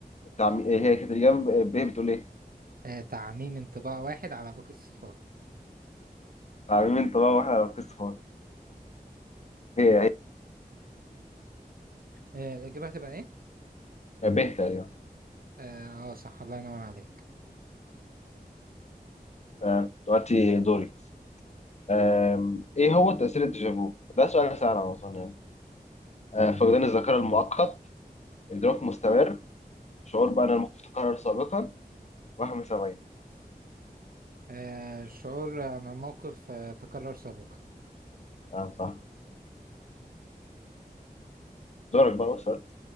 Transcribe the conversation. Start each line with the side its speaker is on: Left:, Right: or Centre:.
Left: تعميم هي كانت الإجابة ب ب بتقول إيه؟
Right: آه، تعميم انطباع واحد على باقي الصفات
Left: تعميم أنت بقى وإحنا على القسط فاضي هي
Right: آه، الإجابة هتبقى إيه؟
Left: هي ب تقريبا
Right: آه آه، صح الله ينور عليك
Left: تمام دلوقتي دوري أم، ايه هو تأثير الديجافو؟ ده سؤال سهل على ما اظن يعني أه، فقدان الذاكرة المؤقت إدراك مستمر شعور بأن الموقف تكرر سابقا وهم سمعي
Right: آه، شعور عن الموقف آه، تكرر سابقا
Left: تمام صح دورك بقى أسأل